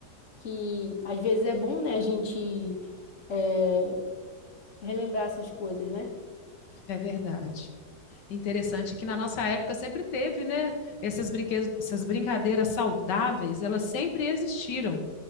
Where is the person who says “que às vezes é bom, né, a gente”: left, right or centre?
Left